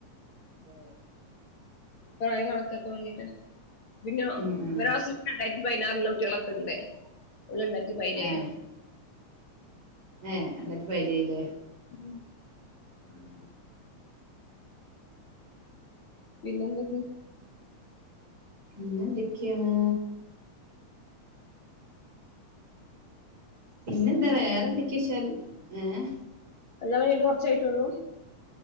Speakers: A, on the right; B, on the left.
A: അതെ അതെ
B: പ്രായം കണക്കക്കാൻ വേണ്ടീട്ട് പിന്നെ
A: ഉം ഉം
B: ഒരുവസ രണ്ടായിരത്തി പതിനാറിില കുട്ടികളൊക്കെ ഉണ്ട് ഓള് രണ്ടായിരത്തി പതിനേഴ്
A: ഏഹ് ഏഹ് രണ്ടായിരത്തി പതിനേഴ് ല്ലെ
B: ഉം
A: ഉം
B: പിന്നെന്തൊക്കെ
A: പിന്നെന്തൊക്കെണ് പിന്നെന്താ വേറെന്തൊക്കെശാൽ ഏഹ്
B: കല്യാണം കഴിഞ്ഞിട്ട് കൊർച് ആട്ടുള്ളൂ